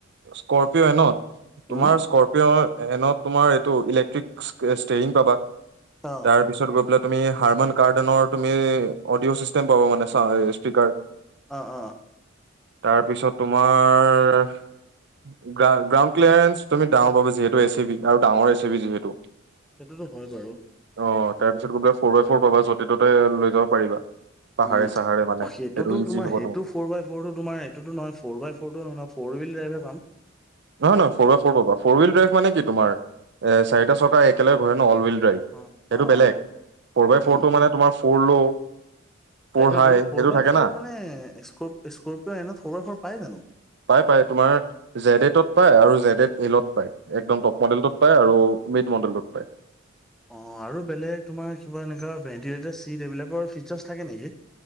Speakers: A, on the right (about 60°); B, in the centre.
A: স্কৰপিঅ এনত
B: উম
A: তোমাৰ স্কৰপিঅ এনত তোমাৰ এইটো ইলেক্ট্ৰিক ষ্টেৰিং পাবা
B: অ
A: তাৰ পিছত গৈ পেলাই তুমি হাৰমান কাৰ্ডেনৰ তুমি অডিঅ' চিষ্টেম পাব মানে স্পীকাৰ
B: অ', অ',
A: তাৰপিছত তোমাৰ গ্ৰাউণ্ড ক্লিয়াৰেঞ্চ তুমি ডাঙৰ পাব যিহেতু এ চি বি আৰু ডাঙৰ এ চি বি যিহেতু
B: সেইটোতো হয় বাৰু
A: অ', তাৰ পিছত গৈ পেলাই ফ'ৰ বাই ফ'ৰ পাবা য'তে ত'তে লৈ যাব পাৰিবা পাহাৰে
B: উম,
A: চাহাৰে মানে
B: সেইটোতো
A: সেইটো ইজি
B: তোমাৰ
A: হ'ব
B: সেইটো ফৰ বাই ওপৰতো তোমাৰ এইতোটো নহয় ফ'ৰ বাই ফৰটো নহয়, ফৰ হুইল ড্ৰাইভে পাম।
A: নহয় নহয় ফ'ৰ বাই ফ'ৰ পাবা, ফ'ৰ হইল ড্ৰাইভ মানে কি তুমাৰ, এ চাৰিটা ছকা একেলগে ঘূৰে ন' অল হুইল ড্ৰাইভ।
B: অ
A: সেইটো
B: অ
A: বেলেগ, ফ'ৰ বাই
B: উম,
A: ফ'ৰটো মানে তোমাৰ ফৰ ল ফ'ৰ
B: সেইটোয়ে
A: হাই
B: তো
A: সেইটো
B: ফৰ বাই
A: থাকে
B: ফৰ
A: না
B: মানে স্কৰ স্কৰপিঅ' এনত ফৰ বাই ফৰ পাই জানো?
A: পাই পাই তোমাৰ জেড এডত পায় আৰু জেড এড এলত পায়, একদম টপ মডেলত পায় আৰু মিড মডেলত পায়।
B: অ', আৰু বেলেগ তোমাৰ কিবা এনেকুৱা ভেণ্টিলেটেড চিট এইবিলাকৰ ফিচাৰ্ছ থাকে নেকি?